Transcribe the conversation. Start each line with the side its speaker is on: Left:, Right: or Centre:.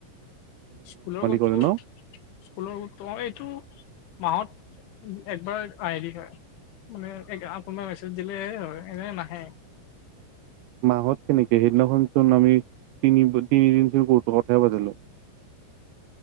Left: স্কুলৰ <unintelligible>
Right: কৰে ন
Left: স্কুলৰ গ্ৰুপটো এইটো মাহত একবাৰ আহিলি হয়। মানে আপোনাৰ মেছেজ দিলে হয় এনে নাহে।
Right: মাহত কেনেকে সেইদিনাখন চোন আমি তিনি তিনিদিন চন কথাই পাতিলো। <inaudible>